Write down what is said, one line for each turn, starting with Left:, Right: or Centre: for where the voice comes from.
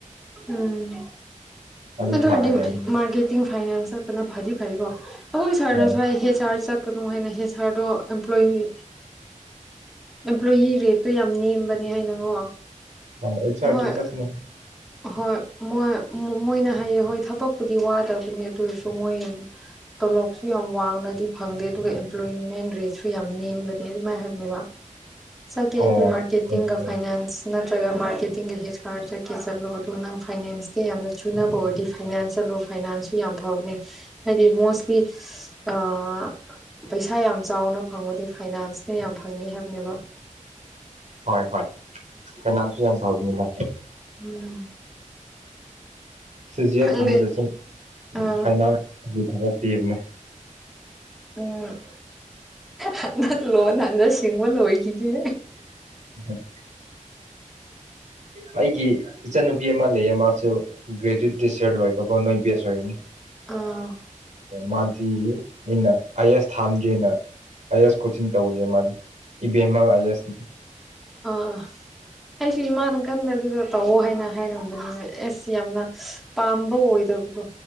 Centre: ꯎꯝ
Right: ꯑꯗꯨ
Centre: ꯑꯗꯣꯏꯗꯤ
Right: ꯊꯥꯅꯤ ꯑꯗꯨ
Centre: ꯃꯥꯔꯀꯦꯇꯤꯡ ꯐꯥꯏꯅꯟꯁ ꯆꯥꯠꯄꯅ ꯐꯗꯤ ꯐꯩꯀꯣ ꯑꯩꯈꯣꯏꯁꯥꯔꯅꯁꯨ
Right: ꯍꯣꯏ
Centre: ꯍꯥꯏ ꯍꯦꯁ ꯆꯥꯔ ꯆꯠ ꯀꯗꯣ ꯍꯥꯏꯅ ꯍꯦꯗ ꯁꯥꯔꯗꯣ ꯑꯦꯝꯄ꯭ꯂꯣꯏꯤ ꯑꯝꯄ꯭ꯂꯣꯏꯣꯌꯤ ꯔꯦꯠꯇꯨ ꯌꯥꯝ ꯅꯦꯝꯕꯅꯦ ꯍꯥꯏꯅꯉꯣ
Right: ꯑꯩꯆ ꯑꯔ
Centre: ꯍꯣꯏ
Right: ꯗꯤ ꯆꯠꯀꯅꯨ
Centre: ꯍꯣꯏ ꯃꯣꯏ ꯃꯨ ꯃꯣꯏꯅ ꯍꯥꯏꯌꯦ ꯍꯣꯏ ꯊꯕꯛꯄꯨꯗꯤ ꯋꯥꯗꯕꯅꯤ ꯑꯗꯨꯑꯣꯔꯁꯨ ꯃꯣꯏ ꯇꯣꯂꯣꯞꯁꯨ ꯌꯥꯝ ꯋꯥꯡꯅꯗꯤ ꯐꯪꯗꯦ ꯑꯗꯨꯒ ꯑꯦꯝꯄ꯭ꯂꯣꯏꯃꯦꯟ ꯔꯦꯠꯁꯨ ꯌꯥꯝ ꯅꯦꯝꯕꯅꯦ ꯑꯗꯨꯃꯥꯏꯅ ꯍꯥꯏꯕꯅꯦꯕ ꯆꯠꯀꯦ
Right: ꯑꯣ
Centre: ꯍꯥꯏꯗꯤ ꯃꯥꯔꯀꯦꯇꯤꯡꯒ
Right: ꯍꯣꯏ ꯍꯣꯏ
Centre: ꯐꯥꯏꯅꯥꯟꯁ ꯅꯠꯇ꯭ꯔꯒ ꯃꯥꯔꯀꯦꯇꯤꯡꯒ ꯍꯤꯠ ꯀꯥꯔ ꯆꯠꯀꯦ ꯆꯠꯂꯣ ꯑꯗꯣ ꯅꯪ ꯐꯩꯅꯦꯟꯁꯇꯤ ꯌꯥꯝꯅ ꯆꯨꯅꯕ ꯑꯣꯏꯔꯗꯤ ꯐꯩꯅꯥꯟꯁ ꯆꯠꯂꯣ ꯐꯩꯅꯥꯟꯁꯁꯨ ꯌꯥꯝ ꯐꯕꯅꯦ ꯍꯥꯏꯗꯤ ꯃꯣꯁꯂꯤ ꯑꯥ ꯄꯩꯁꯥ ꯌꯥꯝ ꯆꯥꯎꯅ ꯐꯪꯕꯗꯤ ꯐꯥꯏꯅꯥꯟꯁꯅ ꯌꯥꯝ ꯐꯪꯉꯤ ꯍꯥꯏꯕꯅꯦꯕ
Right: ꯍꯣꯏ ꯍꯣꯏ ꯐꯩꯅꯥꯟꯁꯁꯨ ꯌꯥꯝ ꯐꯕꯅꯤꯗ
Centre: ꯎꯝ
Right: ꯐꯤꯖꯤꯑꯦꯜꯒꯨꯝꯕꯗ
Centre: ꯈꯪꯗꯦ
Right: ꯁꯨ
Centre: ꯑꯥ
Right: ꯐꯥꯏꯟꯁ ꯈꯔ ꯄꯤꯕꯅꯦ
Centre: ꯎꯝ <unintelligible> ꯍꯟꯅ ꯂꯣꯟ ꯍꯟꯅ ꯁꯤꯡꯕ ꯂꯣꯏꯈꯤꯒꯦ <unintelligible>
Right: ꯎꯝ ꯑꯩꯒꯤ ꯏꯆꯟꯅꯨꯄꯤ ꯑꯃ ꯂꯩꯌꯦ ꯃꯥꯁꯨ ꯒ꯭ꯔꯦꯖꯨꯋꯦꯠ ꯗꯤꯁ ꯌꯔ ꯂꯣꯏꯕꯀꯣ ꯅꯣꯏ ꯕꯦꯁ ꯑꯣꯏꯒꯅꯤ
Centre: ꯑꯥ
Right: ꯃꯗꯤ ꯑꯩꯅ ꯑꯥꯏꯑꯦꯁ ꯊꯥꯟꯒꯦꯅ ꯑꯥꯏꯑꯦꯁ ꯀꯣꯆꯤꯡ ꯇꯧꯔꯤꯌꯦ ꯃꯗꯤ ꯏꯕꯦꯝꯃꯜ ꯑꯥꯏ ꯑꯦꯁ
Centre: ꯑ ꯑꯩꯁꯨ ꯏꯃꯥꯅ ꯀꯟꯅ ꯑꯗꯨꯗꯣ ꯇꯧꯑꯣ ꯍꯥꯏꯅ ꯍꯥꯏꯔꯝꯕꯅꯦꯕ ꯑꯦꯁ ꯌꯥꯝꯅ ꯄꯝ ꯑꯣꯏꯗꯕꯗꯣ